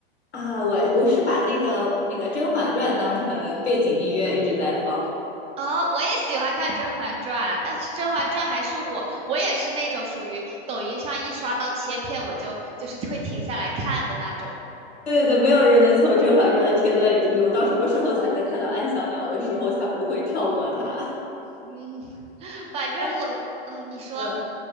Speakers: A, on the left (about 90°); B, on the right (about 20°).
A: 啊，我我是把那个那个《甄嬛传》当成背景音乐一直在放。
B: 哦，我也喜欢看《甄嬛传》，但是《甄嬛传》还是我，我也是那种属于抖音上一刷到切片，我就就是会停下来看的那种。
A: 对对对，没有人能从《甄嬛传》的片段里出去。我到什么时候才能看到安小鸟的时候，才不会跳过它？<laughs>
B: 嗯，<laughs> 反正我，
A: 哎，
B: 嗯，你说，
A: 嗯，